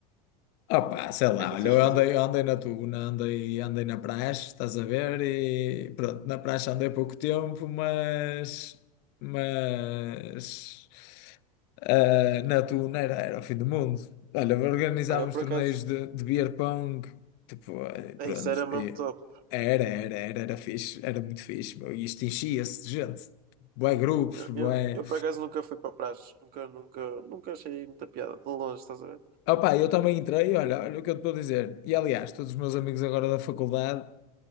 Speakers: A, on the left; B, on the right.
A: Opa, sei
B: O
A: lá,
B: que é que vocês
A: olha, eu
B: faziam?
A: andei, eu andei na Tuna, andei, andei na praxe, estás a ver? E pronto, na praxe andei pouco tempo, mas, mas ah, na Tuna era, era o fim do mundo. Olha, organizávamos
B: Olha, por
A: torneios
B: acaso...
A: de, de beer pong, tipo, eh, pronto,
B: É isso, era mesmo
A: e
B: top.
A: era, era, era, era fixe, era muito fixe, meu, e isto enchia-se de gente, bué grupos,
B: Eu,
A: bué...
B: eu, eu, por acaso nunca fui para praxe, nunca, nunca, nunca achei muita piada, de longe, estás a ver?
A: Opa, eu também entrei, olha, olha o que eu te estou a dizer. E aliás, todos os meus amigos agora da faculdade.